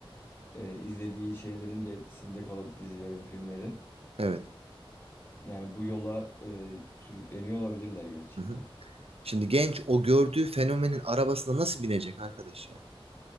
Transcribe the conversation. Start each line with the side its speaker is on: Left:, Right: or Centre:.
Left: e, izlediği şeylerin de etkisinde kalıp dizilerin, filmlerin
Right: Evet.
Left: yani bu yola e, sürükleniyor olabilirler gerçekten.
Right: Hı hı. Şimdi genç o gördüğü fenomenin arabasına nasıl binecek arkadaş yani?